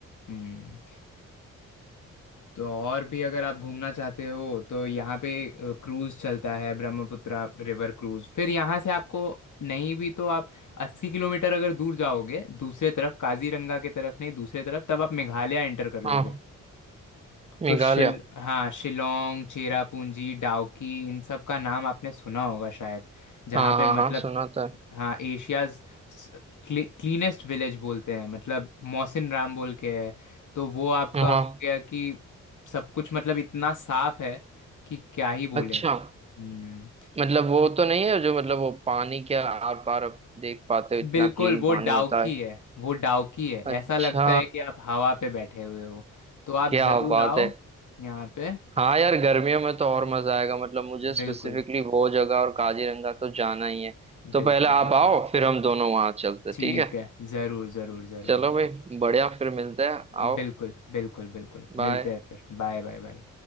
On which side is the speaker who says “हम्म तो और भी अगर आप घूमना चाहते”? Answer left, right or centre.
Left